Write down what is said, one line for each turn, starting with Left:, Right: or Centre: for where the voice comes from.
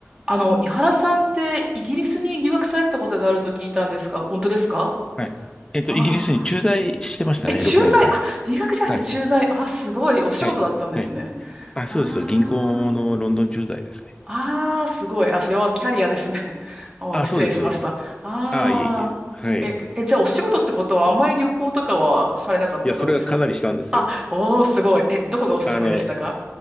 Right: あの、井原さんってイギリスに留学されてたことがあると聞いたんですが、本当ですか
Left: はい。えっと、
Right: ああ
Left: イギリスに駐在してましたね、
Right: ー。え、駐在、
Left: 6年間。
Right: あ、留学じゃなくて駐在。
Left: はい。
Right: あ、すごい。お仕事だったんですね。
Left: はい。はい。あ、
Right: ああ。
Left: そうです。銀行のロンドン駐在ですね。
Right: ああ、すごい。あ、それはキャリアですね。<laughs> お、
Left: あ、
Right: 失礼しました。
Left: そうです、そうです。
Right: ああ。
Left: あ、いえいえ。はい。
Right: え、
Left: い
Right: え、じゃあお仕事ってことはあんまり旅行とかはされなかった感じですかあ、
Left: や、それがかなりしたんですよ。
Right: おー、すごい。え、どこがおすすめでしたか
Left: あの、